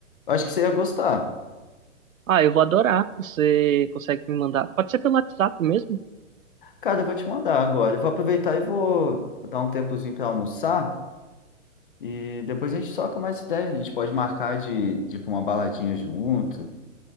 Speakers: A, on the left; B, on the right.
A: Eu acho que você ia gostar.
B: Ah, eu vou adorar. Você consegue me mandar? Pode ser pelo WhatsApp mesmo?
A: Cara, eu vou te mandar agora. Eu vou aproveitar e vou vou dar um tempozinho pra almoçar. E depois a gente troca mais ideia. A gente pode marcar de, de ir pra uma baladinha junto. O